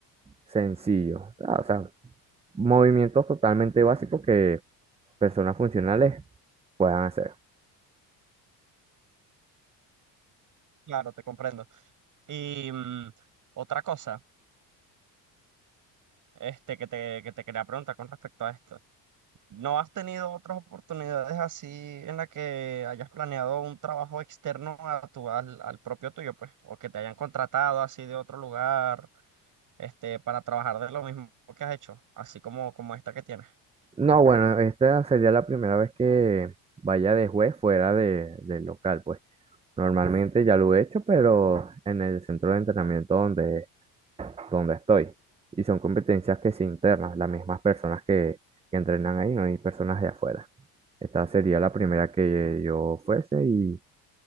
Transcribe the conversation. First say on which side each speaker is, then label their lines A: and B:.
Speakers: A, on the right; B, on the right.
A: sencillo. O sea, o sea, movimientos totalmente básicos que personas funcionales puedan hacer.
B: Claro, te comprendo. Y mm, otra cosa, este, que te, que te quería preguntar con respecto a esto. ¿No has tenido otras oportunidades así en la que hayas planeado un trabajo externo a tu, al, al propio tuyo, pues? O que te hayan contratado así de otro lugar, este, para trabajar de lo mismo que has hecho, así como, como esta que tienes.
A: No, bueno, esta sería la primera vez que vaya de juez fuera de, del local, pues. Normalmente ya lo he hecho, pero en el centro de entrenamiento donde, donde estoy. Y son competencias que se internas, las mismas personas que, que entrenan ahí, no hay personas de afuera. Esta sería la primera que yo fuese y